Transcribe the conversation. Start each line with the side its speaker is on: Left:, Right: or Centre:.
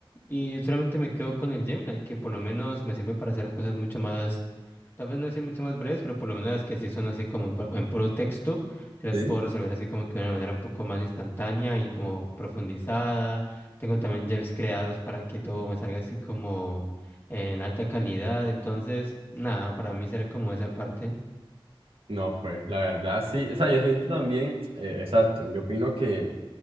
Left: Y solamente me quedo con el Gemini, que por lo menos me sirve para hacer las cosas mucho más, tal vez no decir mucho más breves, pero por lo menos las que sí son así como pu- en puro texto, se las
Right: Sí,
Left: puedo resolver así como que de una manera un poco más instantánea y como profundizada. Tengo también gems creados para que todo me salga así como en alta calidad. Entonces, nada, para mí será como esa parte.
Right: No, pues la verdad sí. O sea, yo siento también, eh, exacto, yo opino que,